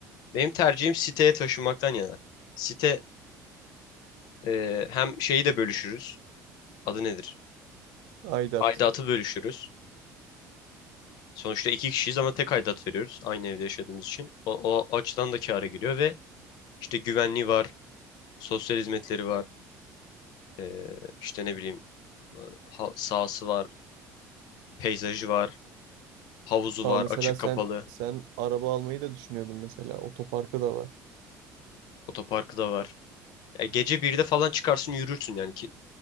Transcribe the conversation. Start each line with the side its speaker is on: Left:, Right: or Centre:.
Left: Benim tercihim siteye taşınmaktan yana. Site e, hem şeyi de bölüşürüz. Adı nedir?
Right: Aidat.
Left: Aidatı bölüşürüz. Sonuçta iki kişiyiz ama tek aidat veriyoruz. Aynı evde yaşadığımız için. O, o açıdan da kâra giriyor ve işte güvenliği var, sosyal hizmetleri var, ee, işte ne bileyim e, ha- sahası var, peyzajı var, havuzu
Right: Aa
Left: var,
Right: mesela
Left: açık
Right: sen
Left: kapalı,
Right: sen araba almayı da düşünüyordun mesela. Otoparkı da var.
Left: otoparkı da var. Ya gece birde falan çıkarsın yürürsün yani ki